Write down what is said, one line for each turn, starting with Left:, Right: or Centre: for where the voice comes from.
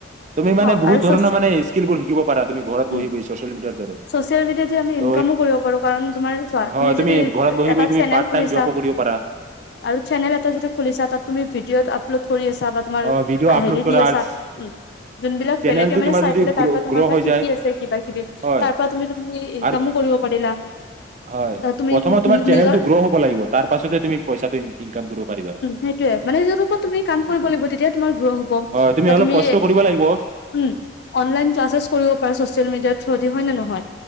Right: তুমি মানে
Left: অ
Right: বহুত
Left: আৰু
Right: ধৰণ
Left: চ
Right: মানে স্কিলবোৰ শিকিব পাৰা তুমি ঘৰত
Left: উম
Right: বহি বহি চচিয়েল মেডিয়াৰ দৰে।
Left: চচিয়েল মেডিয়াতে আমি
Right: ত'
Left: ইনকামো কৰিব পাৰো, কাৰণ তোমাৰ চোৱা,
Right: হয় তুমি ঘৰত বহি
Left: এটা
Right: বহি তুমি
Left: চেনেল
Right: পাৰ্ট
Left: খুলিছা,
Right: টাইম জবো কৰিব পাৰা
Left: আৰু চেনেল এটা যদি খুলিছা, তাত তুমি ভিদিঅ আপলোড কৰি। আছা তোমাৰ
Right: অ ভিডিঅ' আপলোড
Left: হেৰি
Right: কৰা
Left: দি আছা,
Right: আৰু
Left: উম, যোনবিলাক
Right: চেনেলটো
Left: বেলেগে মানে
Right: তোমাৰ
Left: চাই
Right: যদি
Left: পেলাই
Right: গ্ৰ
Left: তাৰ পৰা তোমাৰ
Right: গ্ৰ'
Left: পৰা
Right: হৈ
Left: শিকি
Right: যায়
Left: আছে কিবা কিবি।
Right: হয়
Left: তাৰ পৰা তুমি তুমি ইনকামো
Right: আৰু
Left: কৰিব পাৰিলা।
Right: হয়
Left: ত তুমি
Right: প্ৰথমত তোমাৰ চেনেলটো
Left: নিজৰ,
Right: গ্ৰ' হ'ব লাগিব তাৰ পাছতে তুমি পইচাটো ইনকাম কৰিব পাৰিবা
Left: সেইটোৱে। মানে নিজৰ ওপৰত তুমি কাম কৰিব লাগিব। তোমাৰ।
Right: হয়
Left: বা
Right: অলপ
Left: তুমি,
Right: কষ্ট কৰিব লাগিব
Left: উম, অনলাইন ট্ৰাঞ্চলেছ কৰিব পাৰে চচিয়েল মেডিয়াত। হয় নে নহয়?